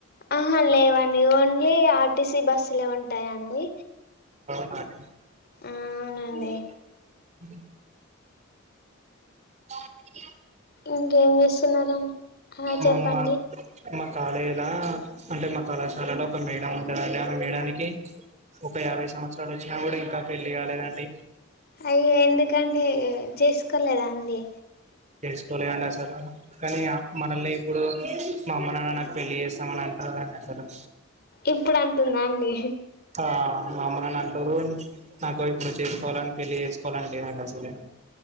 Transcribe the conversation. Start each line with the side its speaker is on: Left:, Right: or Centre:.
Left: ఆహా లేవండి ఓన్లీ ఆర్టీసీ బస్సులే ఉంటాయండి
Right: ఆర్ టి సి
Left: అవునండి
Right: అ <unintelligible> అ <unintelligible> బ <unintelligible>
Left: ఇంకేం చేస్తున్నారని ఆ చెప్పండి
Right: మామ్మ మా మా కళేజీల అంటే మా కళాశాలలో ఒక మేడం ఉంటుందండి ఆమె మేడనికి ఒక యాభై సంవత్సరాలు వచ్చినా కూడా ఇంకా పెళ్ళియాలేదండి
Left: అయ్యా ఎందుకండి చేసు పక్కలేదా అండి
Right: తెలుసుకోవలే కండి అసలు కానీ మనల్ని ఇప్పుడు మా అమ్మ నాన్న నాకు పెళ్ళి చేస్తామని అంట అలు
Left: ఇప్పుడు అంటుందా అండి
Right: ఆ మా అమ్మరాని అంటారు నాకు ఇప్పుడు చేసుకోవాలని పెళ్లిి చేసుకోవాలని లేదండి అసలే